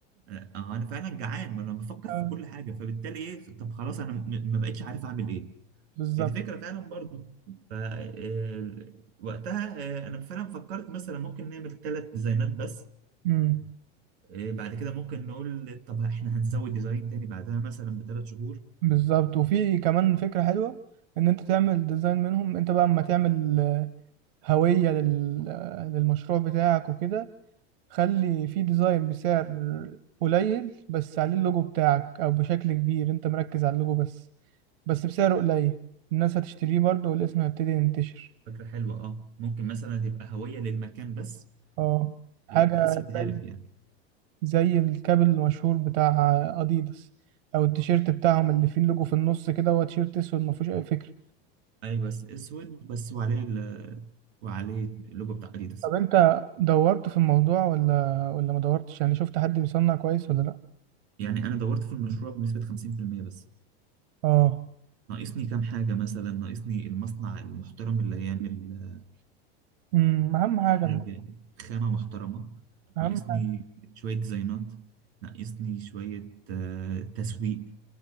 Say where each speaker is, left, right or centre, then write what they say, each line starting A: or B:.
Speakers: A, on the right; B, on the right.
A: آه، انا فعلا جعان ما انا بفكر
B: <laughs> آه،
A: في كل حاجة فبالتالي ايه طب خلاص انا م- ما بقتش عارف اعمل ايه
B: بالظبط
A: هي دي فكرة فعلا برضو ف آه، وقتها آه، انا فعلا فكرت مثلا ممكن نعمل ثلاث ديزاينات بس
B: مم.
A: آه، بعد كده ممكن نقول طب احنا هنسوي ديزاين تاني بعدها مثلا بثلاث شهور
B: بالظبط وفي كمان فكرة حلوة إن أنت تعمل ديزاين منهم أنت بقى أما تعمل آه، هوية لل... آه، للمشروع بتاعك وكده خلي في ديزاين بسعر قليل بس عليه اللوجو بتاعك أو بشكل كبير أنت مركز على اللوجو بس بس بسعر قليل الناس هتشتريه برضه والاسم هيبتدي ينتشر
A: فكرة حلوة اه ممكن مثلا يبقى هوية للمكان بس
B: اه حاجة
A: بحيث يتهرف
B: زي
A: يعني
B: زي الكابل المشهور بتاع اديداس او التيشيرت بتاعهم اللي فيه اللوجو في النص كده هو تيشيرت اسود ما فيهوش اي فكرة
A: ايوه بس اسود بس وعليه ال... وعليه اللوجو بتاع اديداس
B: طب انت دورت في الموضوع ولا ولا ما دورتش يعني شفت حد بيصنع كويس ولا لا
A: يعني انا دورت في المشروع بنسبة 50% بس
B: اه
A: ناقصني كام حاجة مثلا ناقصني المصنع المحترم اللي هيعمل
B: امم اهم حاجة
A: حاجة
B: الم-
A: خامة محترمة
B: اهم
A: ناقصني
B: حاجة
A: شوية ديزاينات ناقصني شوية آه، تسويق